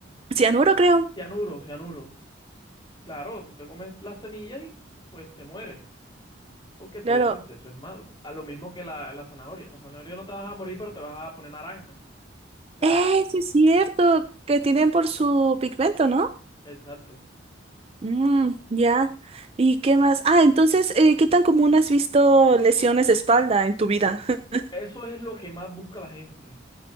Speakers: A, on the right; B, on the left.
A: Cianuro, creo.
B: Cianuro, cianuro. Claro, tú te comes las semillas y pues te mueres. Porque todo
A: Claro.
B: en exceso es malo. A lo mismo que la, la zanahoria. La zanahoria no te vas a morir, pero te vas a poner naranja. O sea,
A: ¡Eh, sí es cierto! Que tienen por su pigmento, ¿no?
B: exacto.
A: Mm, ya. ¿Y qué más? Ah, entonces, eh, ¿qué tan común has visto lesiones de espalda en tu vida? <laughs>
B: Eso es lo que más busca la gente.